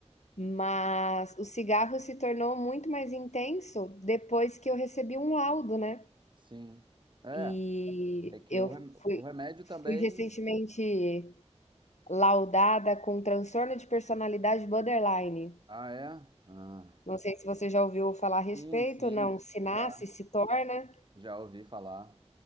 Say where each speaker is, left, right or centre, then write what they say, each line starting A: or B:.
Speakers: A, on the left; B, on the right.
A: mas o cigarro se tornou muito mais intenso depois que eu recebi um laudo, né.
B: sim. É,
A: E
B: é que
A: eu
B: o, rem-
A: fui
B: o remédio também.
A: fui recentemente laudada com um transtorno de personalidade borderline.
B: Ah, é? Ah,
A: Não sei se você já ouviu falar a respeito,
B: sim, sim.
A: não, se
B: Já,
A: nasce, se torna.
B: já ouvi falar.